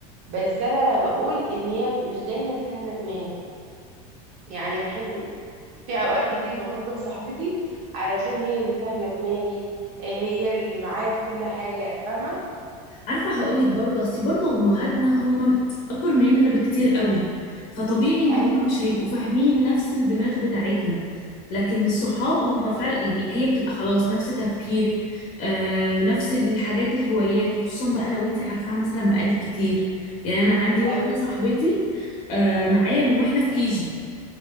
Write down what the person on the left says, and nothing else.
عارفة هقولك برضه أصل برضه أمهاتنا هم أكبر مننا بكتير قوي فطبيعي إن
هم مش هيبقوا فاهمين نفس الدماغ بتاعتنا لكن الصحاب
هم فعلا
يعني هي بتبقى خلاص نفس تفكيرك آه نفس الحاجات الهوايات وخصوصا بقى لو انت عارفاها مثلا بقالك كتير يعني أنا عندي واحدة
صاحبتي آه معايا من واحنا في كيجي